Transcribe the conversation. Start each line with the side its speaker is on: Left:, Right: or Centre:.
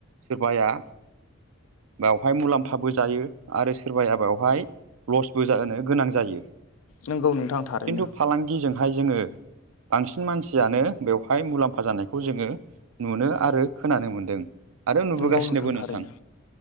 Right: सोरबाया बेवहाय मुलाम्फाबो जायो आरो सोरबाया बेवहाय लसबो जानो गोनां जायो।
Left: नोंगौ नोंथां थारैनो
Right: खिन्थु फालांगिजोंहाय जोङो बांसिन मानसियानो बेवहाय बेाय मुलाम्फा जानायखौ जोङो नुनो आरो खोनानो मोन्दों आरो नुबोगासिनोबो
Left: नोंगौ थारैनो
Right: नोंथां।